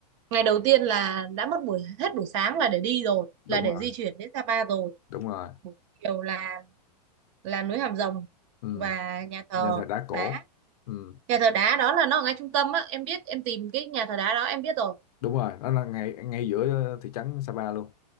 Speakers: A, on the right (about 45°); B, on the left (about 60°).
A: ngày đầu tiên là đã mất buổi hết buổi sáng là để đi rồi,
B: đúng
A: là để
B: rồi
A: di chuyển đến Sapa rồi.
B: đúng rồi
A: Buổi chiều là là núi Hàm Rồng
B: ừ.
A: và nhà thờ
B: nhà thờ đá cổ
A: đá.
B: ừ.
A: Nhà thờ đá đó là nó ở ngay trung tâm á, em biết em tìm cái nhà thờ đá đó em biết rồi.
B: đúng rồi nó là ngay ngay giữa thị trấn Sapa luôn